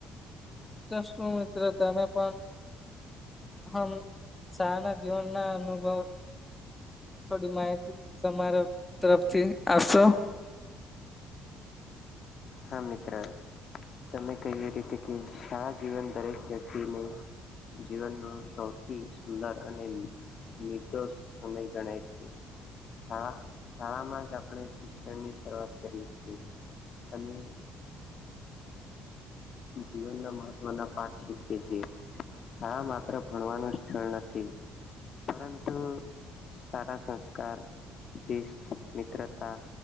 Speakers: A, on the left; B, on the left.
A: તસું મિત્ર તમે પણ. હમ સારા જીવન ના અનુભવ. થોડી માહિતી તમારા તરફથી આપશો.
B: હા મિત્ર તમે કહ્યું રીતે કે સારા જીવન દરેક વ્યક્તિને જીવનનો સૌ થી સુંદર અને નિર્દોષ સમય ગણાય છે સા શાળામાં જ આપણે શિક્ષણ ની શરૂઆત કરીએ છીએ અને જીવનના મહત્વના પાઠ શીખે છેીએ શાળા માત્ર ભણવાનું સ્થળ નથી પરંતુ સારા સંસ્કાર શિસ્ત મિત્રતા